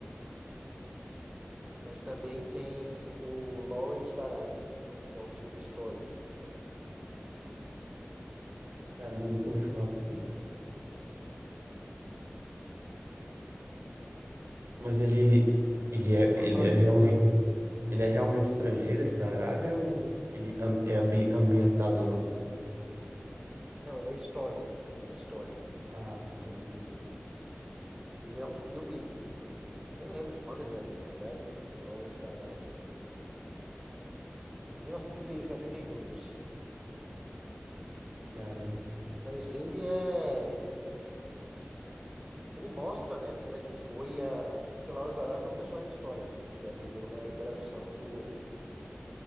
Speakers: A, on the right; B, on the right.
A: Mas também tem o Lawrence da Arábia, que é um filme histórico.
B: Caramba, eu nunca ouvi falar também. Mas ele, ele é,
A: Nunca
B: ele
A: ouviu falar
B: é
A: de
B: realmente,
A: nenhum deles?
B: ele é realmente estrangeiro, esse da Arábia, ou ele am- é ambi- ambientado
A: Não,
B: lá?
A: ele, não, ele é histórico. Ele é histórico,
B: Ah, sim.
A: o que eu quis dizer. Ele é um filme, nem lembro de quando ele é, na verdade. Lawrence da Arábia. 1962.
B: Caramba,
A: Mas ele é. Ele mostra, né, como é que foi a. Porque Lawrence da Arábia é um personagem histórico, né, que ajudou na liberação do.